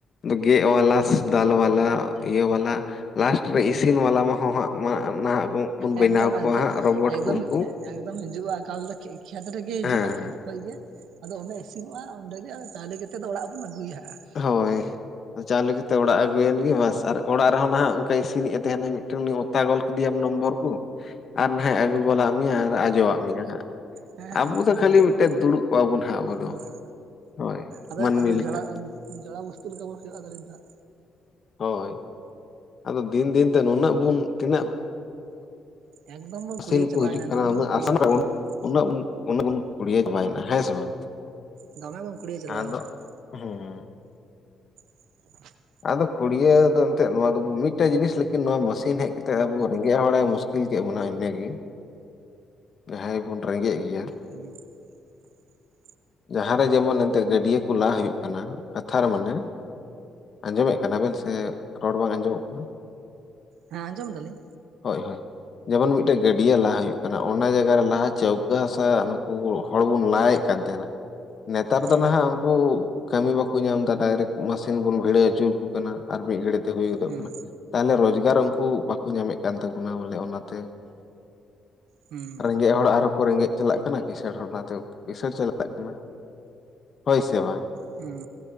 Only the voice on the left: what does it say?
ᱜᱮᱫ ᱵᱟᱞᱟ ᱫᱟᱞ ᱵᱟᱞᱟ ᱤᱭᱟᱹ ᱵᱟᱞᱟ ᱞᱟᱥᱴ ᱨᱮ ᱤᱥᱤᱱ ᱵᱟᱞᱟ ᱢᱟ ᱦᱚ ᱦᱟᱸᱜ <inaudible> ᱱᱟᱦᱟᱜ ᱵᱚᱱ ᱵᱮᱱᱟᱣ
ᱠᱚᱣᱟ ᱦᱟᱸᱜ ᱨᱳᱵᱚᱴ
ᱠᱚ ᱩᱱᱠᱩ
ᱦᱮᱸ
ᱦᱳᱭ ᱫᱚ ᱪᱟᱣᱞᱮ ᱠᱟᱛᱮᱫ ᱚᱲᱟᱜ ᱟᱹᱜᱩᱭᱮᱱ ᱜᱮ ᱵᱟᱥ ᱟᱨ ᱚᱲᱟᱜ ᱨᱮᱦᱚᱸ ᱱᱟᱦᱟᱜ ᱚᱱᱠᱟ ᱤᱥᱤᱱᱤᱡ ᱮ ᱛᱟᱦᱮᱱᱟ ᱢᱤᱫᱴᱮᱱ ᱛᱟ ᱜᱚᱞ ᱠᱮᱫᱮᱭᱟᱢ ᱱᱚᱢᱵᱚᱨ ᱠᱚ ᱟᱨ ᱱᱟᱦᱟᱜ ᱟᱹᱜᱩ ᱜᱚᱫᱟᱜ ᱢᱮᱭᱟ ᱟᱨ ᱟᱡᱚ ᱟᱜ ᱢᱮᱭᱟ ᱦᱟᱸᱜ
ᱟᱵᱚ
ᱫᱚ ᱠᱷᱟᱹᱞᱤ
ᱢᱤᱫᱴᱮᱡ ᱫᱩᱲᱩᱵ ᱠᱚᱜᱼᱟ ᱵᱚᱱ ᱦᱟᱸᱜ ᱟᱵᱚ ᱫᱚ
ᱦᱳᱭ
ᱢᱟᱹᱱᱢᱤ
ᱞᱮᱠᱟ
ᱦᱳᱭ ᱟᱫᱚ ᱫᱤᱱ ᱫᱤᱱ ᱛᱮ ᱱᱩᱱᱟᱹᱜ ᱵᱩᱱ ᱛᱤᱱᱟᱹᱜ
ᱥᱤᱱ
ᱠᱚ ᱦᱤᱡᱩᱜ ᱠᱟᱱᱟ
ᱩᱱᱟᱹᱜ
ᱟᱥᱟᱱ
ᱵᱟᱵᱚᱱ
ᱩᱱᱟᱹᱜ ᱵᱚ ᱩᱱᱟᱹᱜ ᱵᱚᱱ ᱠᱩᱲ ᱪᱟᱵᱟᱭᱮᱱᱟ ᱦᱮᱸ ᱥᱮ ᱵᱟᱝ
ᱟᱫᱚ
ᱦᱮᱸ
ᱟᱫᱚ ᱠᱷᱩᱲᱭᱟᱹ ᱫᱚ ᱮᱱᱛᱮ ᱱᱚᱣᱟ ᱫᱚᱵᱚ ᱢᱤᱫᱴᱮᱡ ᱡᱤᱱᱤᱥ ᱞᱮᱠᱤᱱ ᱱᱚᱣᱟ ᱢᱟᱥᱤᱱ ᱦᱮᱡ ᱮᱱᱛᱮ ᱟᱵᱚ ᱨᱮᱸᱜᱮᱡ ᱦᱚᱲᱮ ᱢᱩᱥᱠᱤᱞ ᱠᱮᱫ ᱵᱚᱱᱟ ᱤᱱᱟᱹ ᱜᱮ ᱡᱟᱦᱟᱸᱭ ᱵᱚᱱ ᱨᱮᱸᱜᱮᱡ ᱜᱮᱭᱟ
ᱡᱟᱦᱟᱸᱨᱮ ᱡᱮᱢᱚᱱ ᱮᱱᱛᱮ ᱜᱟᱹᱰᱭᱟᱹ ᱠᱚ ᱞᱟ ᱦᱩᱭᱩᱜ ᱠᱟᱱᱟ ᱠᱟᱛᱷᱟ ᱨᱮ ᱢᱟᱱᱮ ᱟᱸᱡᱚᱢᱮᱫ ᱠᱟᱱᱟ ᱵᱮᱱ ᱥᱮ ᱨᱚᱲ ᱵᱟᱝ ᱟᱸᱡᱚᱢᱚᱜ ᱠᱟᱱᱟ ᱾
ᱦᱳᱭ ᱦᱳᱭ ᱡᱮᱢᱚᱱ ᱢᱤᱫᱴᱮᱡ ᱜᱟᱹᱰᱭᱟᱹ ᱞᱟ ᱦᱩᱭᱩᱜ ᱠᱟᱱᱟ ᱾ ᱚᱱᱟ ᱡᱟᱭᱜᱟ ᱨᱮ ᱞᱟᱦᱟ ᱪᱟᱹᱣᱠᱟᱹ ᱦᱟᱥᱟ ᱱᱩᱠᱩ ᱦᱚᱲ ᱵᱚᱱ ᱞᱟᱭᱮᱫ ᱠᱟᱱ ᱛᱟᱦᱮᱱᱟ ᱾ ᱱᱮᱛᱟᱨ
ᱫᱚ ᱱᱟᱦᱟᱜ ᱩᱱᱠᱩ ᱠᱟᱹᱢᱤ ᱵᱟᱠᱚ ᱧᱟᱢ ᱮᱫᱟ ᱰᱟᱭᱨᱮᱠᱴ ᱢᱟᱥᱤᱱ ᱵᱚᱱ ᱵᱷᱤᱲᱟᱹ ᱦᱚᱪᱚ ᱾ <unintelligible> ᱟᱨ ᱢᱤᱫ ᱜᱷᱟᱹᱲᱤᱡ ᱛᱮ ᱦᱩᱭ ᱜᱚᱫᱚᱜ
ᱠᱟᱱᱟ ᱛᱟᱦᱚᱞᱮ ᱨᱳᱡᱽᱜᱟᱨ ᱩᱱᱠᱩ ᱵᱟᱠᱚ ᱧᱟᱢᱮᱫ ᱠᱟᱱ ᱛᱟᱵᱳᱱᱟ ᱵᱚᱞᱮ ᱚᱱᱟᱛᱮ
ᱨᱮᱸᱜᱮᱡ ᱦᱚᱲ ᱟᱨᱚ ᱠᱚ ᱨᱮᱸᱜᱮᱡ ᱪᱟᱞᱟᱜ ᱠᱟᱱᱟ ᱠᱤᱥᱟᱹᱬ ᱦᱚᱲ ᱚᱱᱟᱛᱮ ᱠᱸᱤᱥᱬ ᱪᱟᱞᱟᱜ ᱠᱟᱱᱟ ᱦᱳᱭ ᱥᱮ ᱵᱟᱝ